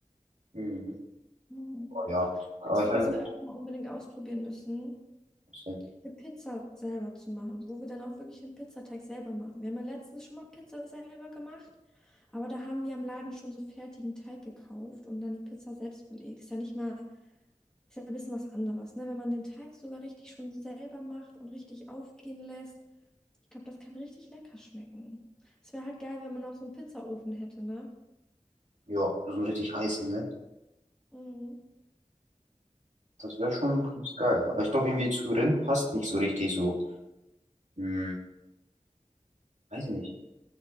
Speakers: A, on the right; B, in the centre.
A: mhm.
B: Mhm.
A: Oh, ja. Aber
B: Weißt
A: ich
B: du,
A: weiß
B: was
A: nicht,
B: wir auch mal unbedingt ausprobieren müssen?
A: was denn.
B: Eine Pizza selber zu machen, wo wir dann auch wirklich den Pizzateig selber machen. Wir haben ja letztens schon mal Pizza selber gemacht, aber da haben wir am Laden schon so fertigen Teig gekauft und dann die Pizza selbst belegt. Ist ja nicht mal, ist ja ein bisschen was anderes, ne? Wenn man den Teig sogar richtig schon selber macht und richtig aufgehen lässt. Ich glaube, das kann richtig lecker schmecken. Es wäre halt geil, wenn man noch so einen Pizzaofen hätte, ne?
A: ja, so einen richtig heißen, ne?
B: Mhm.
A: Das wäre schon ganz geil. Aber ich glaube, irgendwie zu Rind passt nicht so richtig so. Hm, weiß ich nicht.